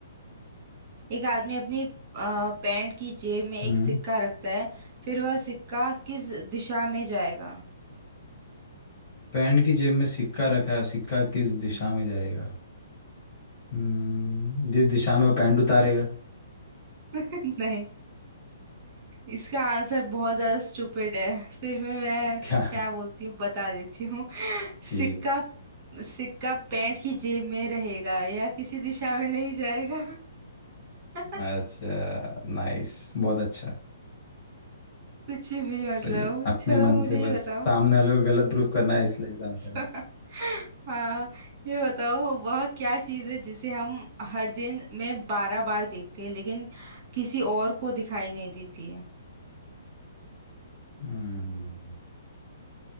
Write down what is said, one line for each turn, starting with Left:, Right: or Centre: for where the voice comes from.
Right: एक आदमी अपनी अ, पैंट की जेब में एक
Left: हम्म
Right: सिक्का रखता है फिर वह सिक्का किस दिशा में जाएगा
Left: पैंट की जेब में सिक्का रखा है सिक्का किस
Right: हम्म,
Left: दिशा में जाएगा हम्म जिस दिशा में वो पैंट उतारेगा
Right: <laughs> नहीं इसका आंसर बहुत ज्यादा स्टूपिड है फिर भी मैं
Left: <laughs> क्या
Right: क्या बोलती हूँ बता देती हूँ <laughs>
Left: ठीक
Right: सिक्का सिक्का पैंट की जेब में रहेगा या किसी दिशा में नहीं जाएगा <laughs>
Left: है अच्छा नाइस बहुत अच्छा
Right: कुछ भी मतलब
Left: सही है अपने
Right: चलो
Left: मन
Right: मुझे
Left: से बस
Right: ये बताओ
Left: सामने वाले को गलत प्रूफ करना है इसलिए आंसर
Right: <laughs> हाँ ये बताओ वह क्या चीज़ है जिसे हम हर दिन में बारह बार देखते हैं लेकिन किसी और को दिखाई नहीं देती है
Left: हम्म